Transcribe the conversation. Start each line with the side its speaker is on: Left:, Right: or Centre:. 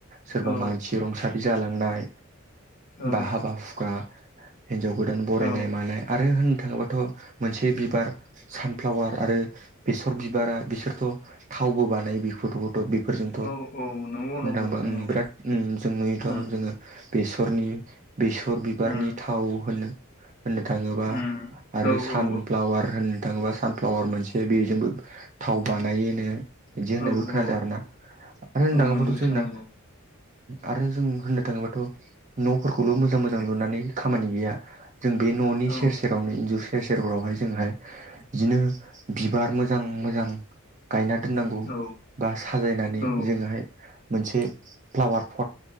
Right: सोरबा
Left: औ
Right: मानसि रुंसारि जालांनाय
Left: औ
Right: बा हाबा हुखा हिनजाव गोदान बरायनाय
Left: औ
Right: मानाय आरो होननो थाङोबाथ' मोनसे बिबार सानफ्लावार आरो बेसर बिबारा बिसोरथ' थावबो बानायो बेखौथ'। थ' बेफोरजोंथ' होनोथांबा
Left: औ औ नंगौ नंगौ बिथां
Right: ओम
Left: औ
Right: बिराद जों नुयोथ'
Left: उम
Right: जोङो बेसरनि बेसर बिबारनि
Left: उम
Right: थाव होनो। होननो थाङोबा
Left: उम
Right: आरो
Left: औ
Right: सानफ्लावार
Left: औ
Right: होनो थाङोबा सानफ्लावार मोनसे बेजोंबो थाव बानायो होनो बिदि होननायबो
Left: औ
Right: खोनादों
Left: औ
Right: आरोना आरो होननो
Left: औ
Right: थाङोबाथ'
Left: नंगौ बिथां
Right: जोंना
Left: नंगौ
Right: आरो जों होननो थाङोबाथ' न'फोरखौल' मोजां मोजां लुनानै खामानि गैया। जों बे न'नि
Left: औ
Right: सेर सेरावनो एन्जुर सेर सेरफोरावहाय जोंहाय बिदिनो बिबार मोजां मोजां। गायना दोननांगौ।
Left: औ
Right: बा साजायनानै
Left: औ
Right: जोङोहाय मोनसे फ्लावार पट